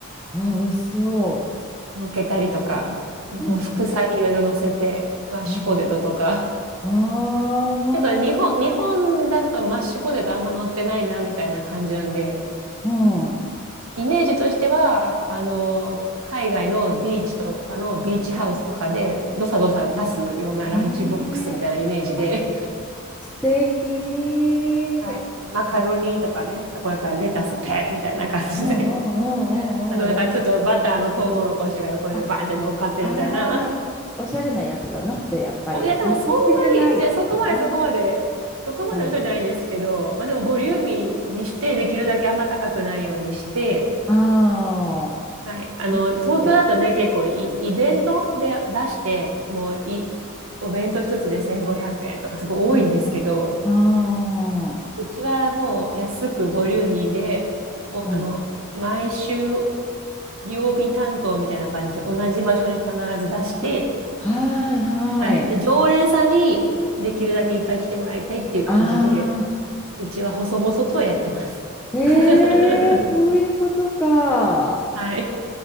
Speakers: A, in the centre; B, on the right.
A: わあ、美味しそ
B: <laughs> 乗っけたりとか、あの副菜いろいろ乗せて、
A: う。うん。
B: マッシュポテトとか。
A: うん。わあ。
B: ちょっと日本、日本だとマッシュポテトあんま乗ってないなみたいな感じなんで、
A: うん。うん。
B: イメージとしては、あの、海外のビーチとかのビーチハウスとかで、
A: あ、
B: どさどさ出すようなランチボックスみたいなイメージで、
A: ええあ、素敵。
B: はい、マカロニとかね、そこだからレタスペッみたいな感じで、
A: うんうんうんうんうんうん。
B: <laughs> あとなんかちょっとバターのトウモロコシが横にバーンって乗っかってるみたいな。
A: あ、ああ、
B: <laughs>
A: おしゃれなやつだな、それやっぱり。
B: おいや、でもそんなに、
A: 和食じゃないかな。
B: じゃあそこまでそこまで、そこまでおしゃれじゃないんですけど、
A: うん。
B: まあでもボリューミーにして、できるだけあんま高くないようにして、
A: ああ、
B: はい。あの、
A: なるほど。
B: 東京だとね、結構イ、イベントで出して、もうい、お弁当一つで1500円とかすごい多いんですけど、
A: うんうん。ああ、
B: うちはもう安くボリューミーで、お、
A: うん。
B: あの、毎週曜日担当みたいな感じで同じ場所に必ず出して、
A: あ、はいはい。
B: はい。で、常連さんにできるだけいっぱい来てもらいたいっていう感じで、
A: ああ。
B: うちは細々とやってます。
A: え
B: <laughs>
A: えそういうことか。
B: はい。